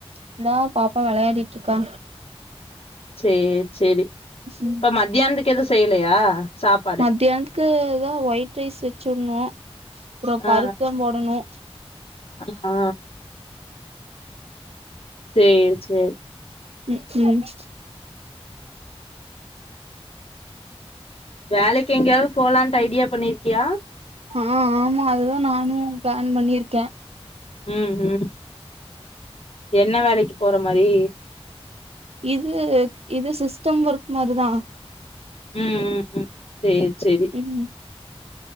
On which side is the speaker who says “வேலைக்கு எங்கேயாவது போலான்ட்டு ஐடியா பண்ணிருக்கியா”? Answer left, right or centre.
Left